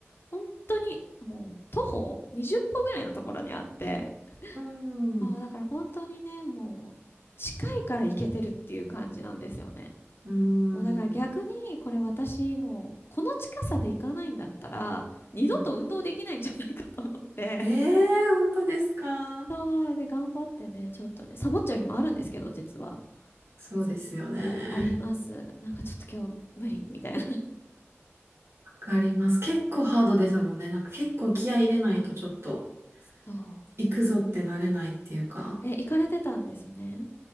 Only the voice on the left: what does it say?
本当にもう徒歩20歩ぐらいのところにあって、
そう、だから本当にね、もう近いから行けてるっていう感じなんですよね。
もうだから逆にこれ私もうこの近さで行かないんだったら二度と運動できないんじゃないかと思って。
そう、で頑張ってね、ちょっとね、サボっちゃう日もあるんですけど、実は。
そう、あります。なんかちょっと今日無理みたいな。
<laughs> そう。
え、行かれてたんですね。